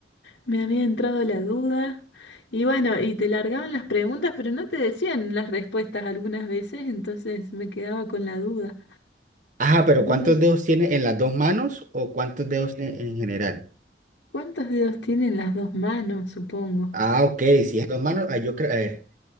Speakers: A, on the left; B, on the right.
A: me había entrado la duda. Y bueno, y te largaban las preguntas, pero no te decían las respuestas algunas veces, entonces me quedaba con la duda.
B: Ajá, pero
A: Entonces,
B: ¿cuántos dedos tiene en las dos manos o cuántos dedos tiene en general?
A: ¿cuántos dedos tienen las dos manos, supongo?
B: Ah, ok, si es dos manos, ah, yo creo, a ver.